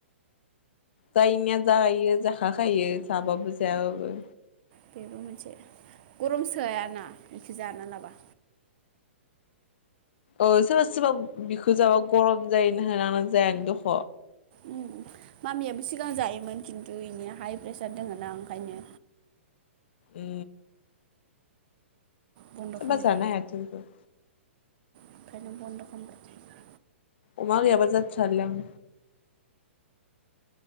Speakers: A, on the left; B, on the right.
A: जायनिया जायो जाखाखायो। जाबाबो जायाबाबो।
B: बेबो मोनसे गरम सोयाना बेखौ जाना लाबा।
A: औ सोरबा सोरबा बिखो जाबा गरम जायोनो होनो आंना जायानो दख'
B: उम मामियाबो सिगां जायोमोन खिन्थु इनिया हाइ प्रेसार दोङ ना ओंखायनो
A: ए
B: बन्द'
A: सोरबा
B: खालामबाय
A: जानो हायाथ' बिखौ
B: ओंखायनो बन्द' खालामबाय।
A: अमा गैयाबा जाथ्रालै आं।